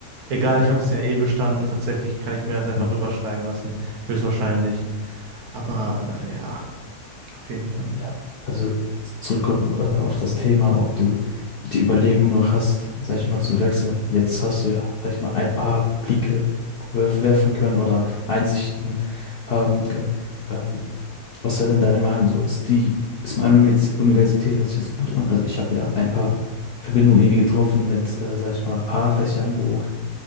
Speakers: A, on the right; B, on the left.
A: egal, ich habe es ja eh bestanden. Tatsächlich kann ich mir das einfach
B: Mhm.
A: rüberschreiben lassen. Höchstwahrscheinlich. Aber äh, ja, auf jeden Fall.
B: Ja. Also zurückkommt äh, auf das Thema, ob du die Überlegung noch hast, sag ich mal, zu wechseln. Jetzt hast du ja, sag ich mal, ein paar Blicke werf- werfen können oder Einsichten haben können. Ähm, Was wäre denn deine Meinung so? Ist die, ist meine Uni- Universität, hört sich das gut an? Also ich habe ja ein paar Verbindungen irgendwie getroffen mit, äh, sag ich mal, ein paar Fächern, wo